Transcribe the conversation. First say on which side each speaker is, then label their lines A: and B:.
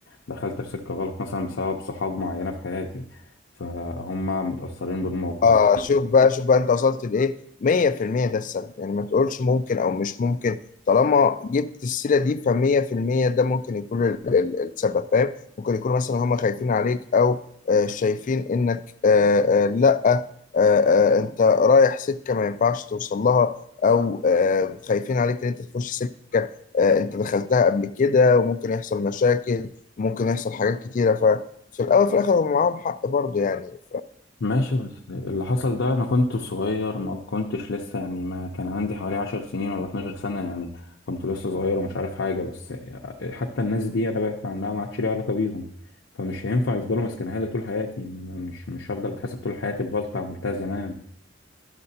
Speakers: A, on the left; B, on the left.
A: دخلت في سكه غلط مثلا بسبب صحاب معينه في حياتي فهم متاثرين بالموقف
B: اه
A: ده
B: شوف بقى شوف بقى انت وصلت لايه 100% ده السبب يعني ما تقولش ممكن او مش ممكن طالما جبت السيره دي ف 100% ده ممكن يكون ال- ال- السبب فاهم ممكن يكون مثلا هم خايفين عليك او آه شايفين انك آه آه لا آه آه انت رايح سكه ما ينفعش توصل لها او آه خايفين عليك ان انت تخش سكه آه انت دخلتها قبل كده وممكن يحصل مشاكل وممكن يحصل حاجات كتيره ففي الاول وفي الاخر هم معاهم حق برضه يعني
A: ماشي بس اللي حصل ده انا كنت صغير ما كنتش لسه يعني ما كان عندي حوالي عشر سنين ولا 12 سنة يعني كنت لسه صغير ومش عارف حاجة بس حتى الناس دي انا بعدت عنها ما عادش ليها علاقة بيهم فمش هينفع يفضلوا ماسكينها لي طول حياتي يعني أنا مش مش هفضل اتحاسب طول حياتي بغلطة عملتها زمان